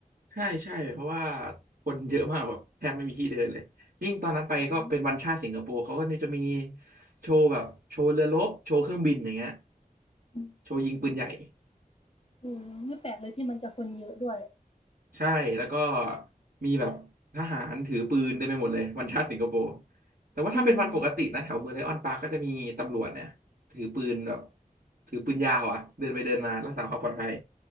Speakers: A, on the right (about 85°); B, on the left (about 40°).
A: ใช่ใช่เพราะว่าคนเยอะมากแบบแทบไม่มีที่เดินเลยยิ่งตอนนั้นไปก็เป็นวันชาติสิงคโปร์เขาก็เนี่ยจะมี
B: อ๋อ
A: โชว์แบบโชว์เรือรบโชว์เครื่องบินอย่างเงี้ย
B: อืม
A: โชว์ยิงปืนใหญ่
B: เออไม่แปลกเลยที่มันจะคนเยอะด้วย
A: ใช่แล้วก็มีแบบทหารถือปืนเต็มไปหมดเลยวันชาติสิงคโปร์แต่ว่าถ้าเป็นวันปกตินะแถวเมืองไลออนปาร์กก็จะมีตำรวจเนี่ยถือปืนแบบ
B: อืม
A: ถือปืนยาวอ่ะเดินไปเดินมารักษาความปลอดภัย